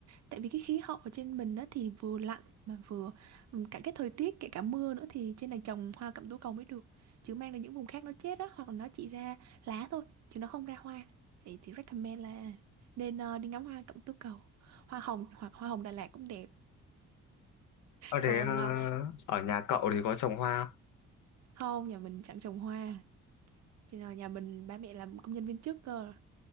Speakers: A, on the right (about 60°); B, on the left (about 85°).
A: tại vì cái khí hậu ở trên mình đó thì vừa lạnh mà vừa ừm, cả cái thời tiết kể cả mưa nữa thì trên này trồng hoa cẩm tố cầu mới được chứ mang đến những vùng khác nó chết đó hoặc là nó chỉ ra lá thôi chứ nó không ra hoa thì, thì recommend là nên ờ, đi ngắm hoa cẩm tố cầu hoa hồng hoặc hoa hồng Đà Lạt cũng đẹp
B: Ở thế
A: còn
B: ờ,
A: ờ,
B: ở nhà cậu thì có trồng hoa không?
A: không nhà mình chẳng trồng hoa thì là nhà mình ba mẹ làm công nhân viên chức cơ